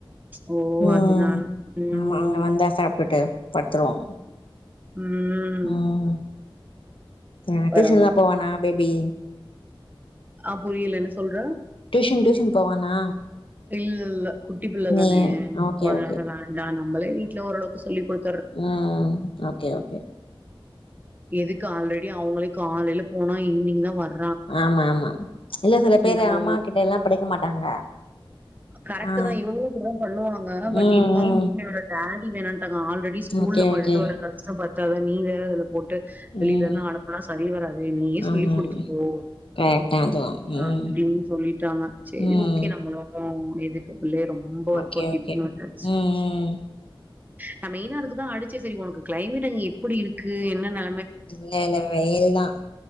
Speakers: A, on the right; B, on the left.
A: ஓ
B: ம்
A: அதுனால ம்
B: ஆமா அவங்க வந்தா சாப்ட்டுட்டு படுத்துருவோம்
A: ம்
B: ம் அ
A: பரவா
B: டியூஷன்லாம் போவானா பேபி
A: ஆ புரியல என்ன சொல்ற
B: டியூஷன் டியூஷன் போவானா
A: இல்ல குட்டி புள்ள
B: நீ
A: தான
B: ஓகே
A: அதனால
B: ஓகே
A: வேண்டாம் நம்மளே வீட்டுல ஓரளவுக்கு சொல்லி் கொடு
B: ம் ஓகே ஓகே
A: எதுக்கு ஆல்ரெடி அவங்களே காலையில போனா ஈவினிங் தா வர
B: ஆமா ஆமா இல்ல சில பேரு
A: நம்ம
B: அம்மா கிட்ட எல்லாம் படிக்க மாட்டாங்க
A: கரெக்ட்
B: ஆ
A: தான் இவங்களும் இப்டி தா பண்ணுவாங்க பட்
B: ம்
A: இருந்தாலும்
B: ம்
A: புள்ளையோட டாடி வேணாட்டாங்க ஆல்ரெடி ஸ்கூல்ல
B: ஓகே
A: பட்டுட்டு
B: ஓகே
A: வர கஷ்டோ பத்தாதா நீ வேற இதுல போட் வெளில
B: ம்
A: எல்லாம் அனுப்னா சரி வராது நீயே சொல்லி்
B: ஆமா
A: கொடுத்துகோ
B: ஆமா கரெக்ட் தா அதுவு ம்
A: அப்டின் சொல்லிட்டாங்க சேரி
B: ம்
A: ஓகே நம்மளோட எதுக்கு புள்ளய ரொம்ப வற்புருத்தி
B: ஓகே ஓகே
A: வுட்டாச்சி
B: ம் ம்
A: நா மெய்னா அதுக்குதா அடிச்ச சரி ஒனக்கு கிளைமேட் அங்க எப்டி இருக்கு என்னனலா
B: இல்ல இல்ல வெயில் தா